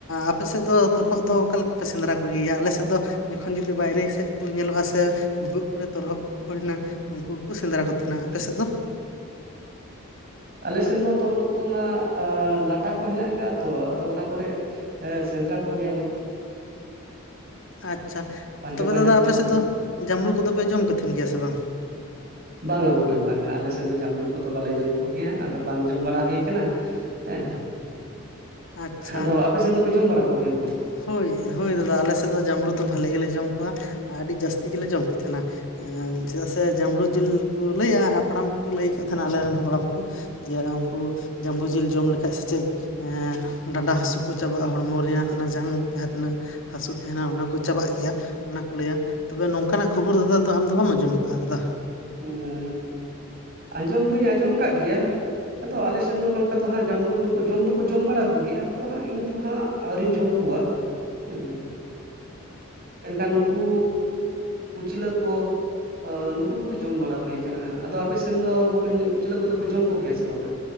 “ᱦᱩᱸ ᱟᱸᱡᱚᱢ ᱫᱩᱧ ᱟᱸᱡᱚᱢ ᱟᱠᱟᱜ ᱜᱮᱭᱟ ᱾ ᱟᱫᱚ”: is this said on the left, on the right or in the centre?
Right